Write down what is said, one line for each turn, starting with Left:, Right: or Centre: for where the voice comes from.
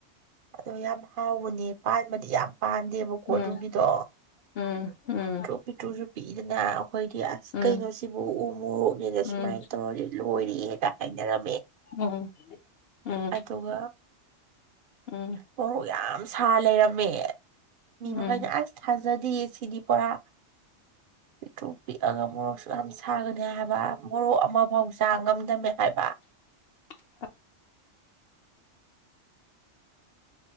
Right: ꯑꯗꯣ ꯌꯥꯝ ꯍꯥꯎꯕꯅꯦ ꯄꯥꯟꯕꯗꯤ ꯌꯥꯝ ꯄꯥꯟꯗꯦꯕꯀꯣ
Left: ꯎꯝ
Right: ꯑꯗꯨꯒꯤꯗꯣ
Left: ꯎꯝ ꯎꯝ
Right: ꯄꯤꯇ꯭ꯔꯨ ꯄꯤꯇ꯭ꯔꯨꯁꯨ ꯄꯤꯗꯅ ꯑꯩꯈꯣꯏꯗꯤ ꯑꯁ
Left: ꯎꯝ
Right: ꯀꯩꯅꯣ ꯁꯤꯕꯨ ꯎ ꯃꯣꯔꯣꯛꯅꯤꯗ
Left: ꯎꯝ
Right: ꯁꯨꯃꯥꯏꯅ ꯇꯧꯔꯗꯤ ꯂꯣꯏꯔꯦꯒ ꯍꯥꯏꯅꯔꯝꯃꯦ
Left: ꯎꯝ ꯎꯝ
Right: ꯑꯗꯨꯒ
Left: ꯎꯝ
Right: ꯃꯣꯔꯣꯛ ꯌꯥꯝ ꯁꯥ ꯂꯩꯔꯝꯃꯦ ꯃꯤ ꯃꯈꯩꯅꯦ
Left: ꯎꯝ
Right: ꯑꯁ ꯊꯥꯖꯗꯌꯦ ꯁꯤꯗꯤ ꯄꯨꯔꯥ ꯍꯇꯣ ꯄꯤꯛꯑꯒ ꯃꯣꯔꯣꯛꯁꯨ ꯌꯥꯝ ꯁꯥꯒꯅꯤ ꯍꯥꯏꯕ ꯃꯣꯔꯣꯛ ꯑꯃꯐꯥꯎ ꯆꯥ ꯉꯝꯗꯃꯦ ꯍꯥꯏꯕ
Left: <unintelligible>